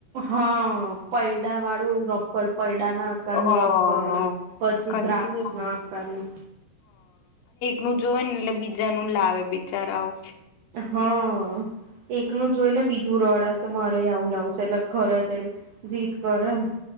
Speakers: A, on the right (about 75°); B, on the left (about 80°).
A: હા! પૈડા વાળુ રબ પણ પૈડા ના આકારનું
B: હા
A: રબ્બર પછી
B: કંઈથી
A: દ્રાક્ષ
B: લાવે
A: ના આકારનું.
B: નું જોવે ને એટલે બી જાનું લાવે બિચારાઓ.
A: હા! એકનું જોઈ ને બીજું રડે. તો મારેય આવું લાવું છે, એટલે ધરેજ તેન જીદ કરે ન